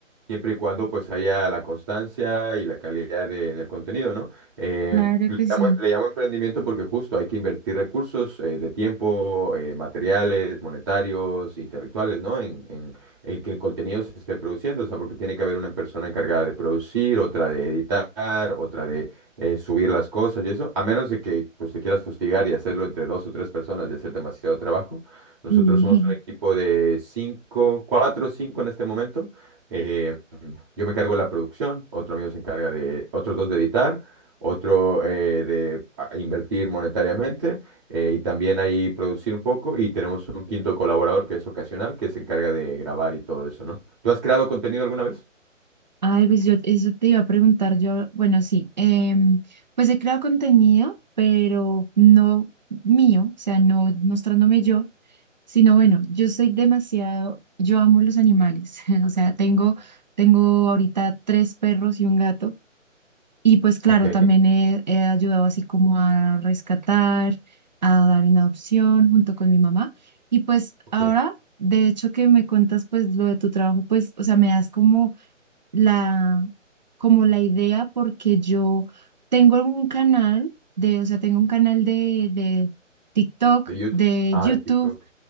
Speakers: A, on the right; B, on the right.
A: siempre y cuando pues haya la constancia y la calidad de- en el contenido, ¿no? Eh,
B: claro
A: le
B: que sí.
A: llamo, le llamo emprendimiento porque justo hay que invertir recursos eh, de tiempo, eh, materiales, monetarios, intelectuales, ¿no? En, en, en que el contenido se esté produciendo, o sea, porque tiene que haber una persona encargada de producir, otra de editar, otra de eh, subir las cosas y eso, a menos de que pues, te quieras fustigar y hacerlo entre dos o tres personas y hacer demasiado trabajo. Nosotros
B: Sí.
A: somos un equipo de cinco, cuatro o cinco en este momento. Eh, yo me encargo de la producción, otro amigo se encarga de, otros dos de editar otro eh, de a- invertir monetariamente eh, y también ahí producir un poco y tenemos un quinto colaborador que es ocasional que se encarga de grabar y todo eso, ¿no? ¿Tú has creado contenido alguna vez?
B: Ay, pues yo eso te iba a preguntar yo, bueno, sí, em, pues he creado contenido, pero no mío, o sea, no mostrándome yo, sino bueno, yo soy demasiado, yo amo los animales, <laughs> o sea, tengo, tengo ahorita tres perros y un gato, y pues claro,
A: Ok,
B: también he, he ayudado así como a rescatar, a dar en adopción junto con mi mamá, y pues
A: ok.
B: ahora, de hecho que me cuentas pues lo de tu trabajo, pues, o sea, me das como la, como la idea porque yo tengo un canal de, o sea, tengo un canal de, de TikTok,
A: ¿De YouTube?
B: de
A: Ah,
B: YouTube
A: de TikTok.